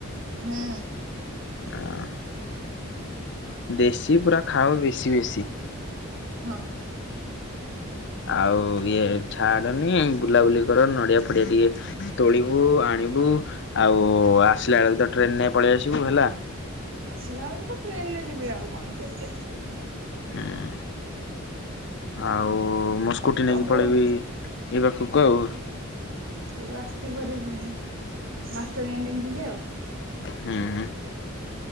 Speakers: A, on the right; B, on the left.
A: ହୁଁ
B: ଅଁ। ଦେଶୀ ପୁରା ଖାଅ ବେଶୀ ବେଶୀ।
A: ହଁ।
B: ଆଉ ଇଏ ଛାଡନି, ବୁଲାବୁଲି କର ନଡିଆ ଫଡିଆ ଟିକେ ତୋଳିବୁ, ଆଣିବୁ, ଆଉ ଆସିଲା ବେଳକୁ ତ ଟ୍ରେନ୍ ନେ ପଳେଇ ଆସିବୁ ହେଲା।
A: ଆସିଲା ବେଳକୁ ତ ଟ୍ରେନରେ ଯିବି, ଆଉ କଣ କେମିତି ଆସିବି?
B: ହୁଁ, ଆଉ ମୁଁ ସ୍କୁଟି
A: ସବୁ
B: ନେଇକି ପଳେଇବି। ଏଇ ବାଖକୁ ଆଉ।
A: ତୁ ଆସିଥିବୁହାରି ଉଁ ମାଷ୍ଟରକାଣ୍ଟିନ୍ ଠିକି ଆଉ।
B: ହୁଁ, ହୁଁ।